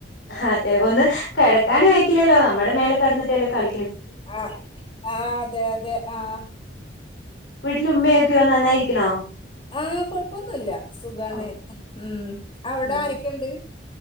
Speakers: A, on the left; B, on the left.
A: അതെ ഒന്ന് കിടക്കാനും അഴക്കില്ലല്ലോ നമ്മടെ മേലെ കടന്ന് ട്ട് കളി
B: ആ ആ അതെ അതെ ആ
A: വീട്ടിൽ ഉമ്മയൊക്കെയോ നന്നായിരി ക്കാണോ
B: ആ കൊഴപ്പൊന്നുല്ല സുഖമാണ്
A: ഓ
B: ഉം അവിടെ
A: ഉം
B: ആരൊക്കെ ഉണ്ട്